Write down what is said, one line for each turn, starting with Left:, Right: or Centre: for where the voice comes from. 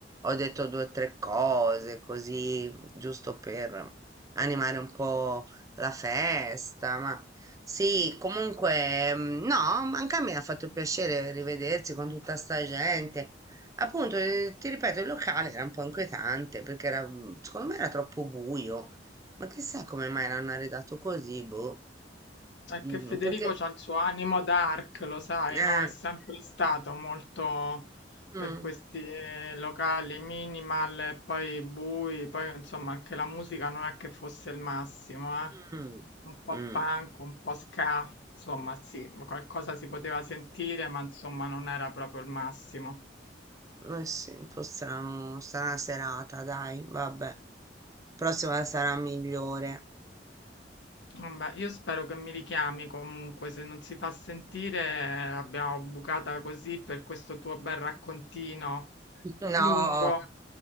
Right: ho detto due o tre cose, così, giusto per animare un po' la festa. Ma sì, comunque, mm, no, anche a me ha fatto piacere rivedersi con tutta sta gente. Appunto, eh, ti ripeto, il locale era un po' inquietante perché era, mm, secondo me era troppo buio. Ma chissà come mai l'hanno arredato così, boh.
Left: È
Right: Mm,
Left: che Federico
Right: perché...
Left: c'ha il suo animo dark, lo sai,
Right: Eh,
Left: no? È sempre stato molto per
Right: mm,
Left: questi eh, locali minimal, e poi bui, poi insomma anche la musica non è che fosse il massimo, eh?
Right: mm,
Left: Un po'
Right: mm.
Left: punk, un po' ska, insomma sì, qualcosa si poteva sentire, ma insomma non era proprio il massimo.
Right: Eh sì, un po' strano, strana serata, dai, vabbè. Prossima sarà migliore.
Left: Vabbè, io spero che mi richiami comunque, se non si fa sentire eh, l'abbiamo bucata così per questo tuo bel raccontino
Right: <laughs> No,
Left: lungo.